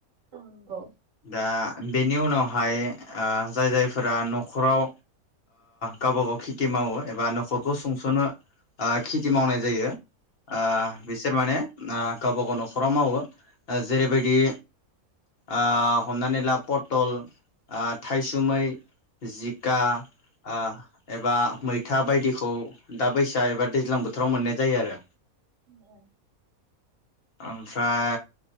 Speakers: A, on the right (about 60°); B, on the left (about 55°).
A: औ नंगौ
B: दा बेनि उनावहाय जाय जायफोरा न'खराव गावबा गाव खेथि मावो एबा न'खरखौ सुंस'नो ओ खेथि मावनाय जायो ओ बिसोर माने ना गावबा गाव न'खराव मावो जेरैबायदि ओ हमनानै ला पटल ओ थायसुमै जिखा ओ एबा मैथा बायदिखौ दा बैस एबा दैज्लां बोथोराव मोननाय जायो आरो
A: औ
B: ओमफ्राय